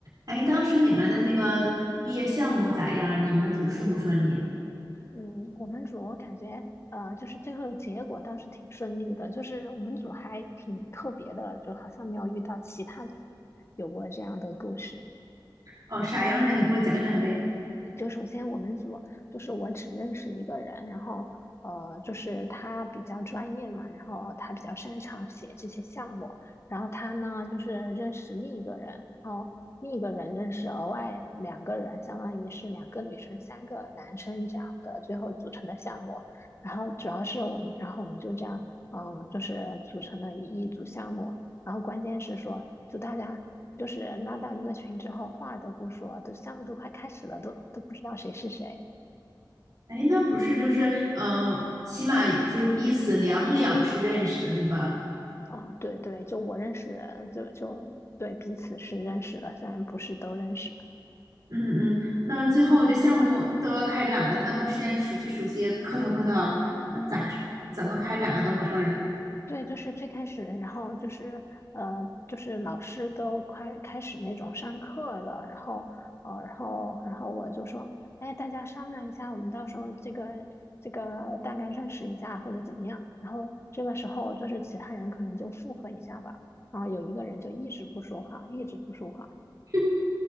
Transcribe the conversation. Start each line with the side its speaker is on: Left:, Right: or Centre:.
Right: 哎，当时你们的那个毕业项目咋样？你们组顺不顺利？
Left: 嗯，我们组我感觉，呃，就是最后的结果倒是挺顺利的，就是我们组还挺特别的，就好像没有遇到其他组有过这样的故事。
Right: 哦，啥样的？你给我讲讲呗。
Left: 就首先我们组就是我只认识一个人，然后呃，就是他比较专业嘛，然后他比较擅长写这些项目，然后他呢就是认识另一个人，然后另一个人认识额外两个人，相当于是两个女生三个男生这样的最后组成的项目，然后主要是我们，然后我们就这样，嗯，就是组成了一一组项目，然后关键是说就大家就是拉到一个群之后，话都不说，都项目都快开始了，都都不知道谁是谁。
Right: 哎，那不是就是呃，起码就是彼此两两是认识的，对吧？
Left: 哦，对对，就我认识人，就就对彼此是认识的，虽然不是都认识。
Right: 嗯嗯，那最后这项目都要开展了，那不先熟悉熟悉，磕头磕头，那咋是怎么开展啊？都陌生人，
Left: 对，就是最开始，然后就是呃，就是老师都快开始那种上课了，然后呃，然后然后我就说，哎，大家商量一下，我们到时候这个这个大概认识一下或者怎么样。然后这个时候就是其他人可能就附和一下吧，然后有一个人就一直不说话，一直不说话。
Right: <laughs>